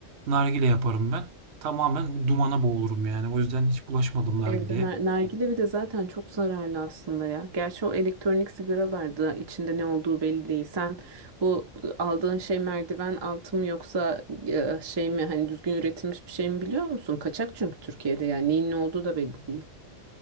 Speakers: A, on the right; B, on the right.
A: nargile yaparım ben. Tamamen bu dumana boğulurum yani. O yüzden hiç bulaşmadım nargileye.
B: Evde nar- nargile bir de zaten çok zararlı aslında ya. Gerçi o elektronik sigaralarda içinde ne olduğu belli değil. Sen bu aldığın şey merdiven altı mı yoksa e, şey mi hani düzgün üretilmiş bir şey mi biliyor musun? Kaçak çünkü Türkiye'de yani neyin ne olduğu da belli değil.